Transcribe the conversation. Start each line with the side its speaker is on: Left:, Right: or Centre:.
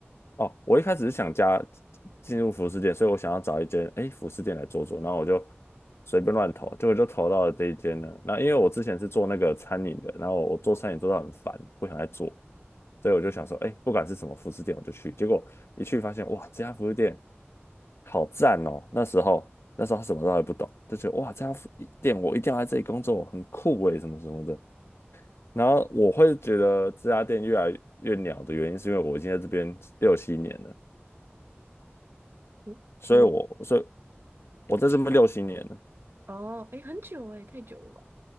Left: 哦，我一开始是想加进入服饰店，所以我想要找一间哎服饰店来做做，然后我就随便乱投，结果就投到了这一间呢。那因为我之前是做那个餐饮的，然后我做餐饮做到很烦，不想再做，所以我就想说，
Right: 嗯
Left: 哎，不管是什么服饰店，我就去。结果一去发现，哇，这家服饰店好赞哦！那时候那时候什么都还不懂，就觉得哇，这家服店我一定要来这里工作，很酷诶，什么什么的。然后我会觉得这家店越来越鸟的原因，是因为我已经在这边六七年了，
Right: 嗯，
Left: 所以我所以
Right: 新年
Left: 我在这边六七年了，
Right: 哦，哎，很久哎，太久了吧？